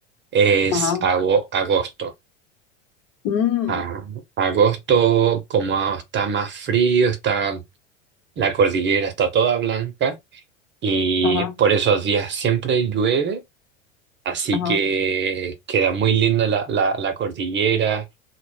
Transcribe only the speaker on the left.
ajá,
mm,
ajá,
ajá,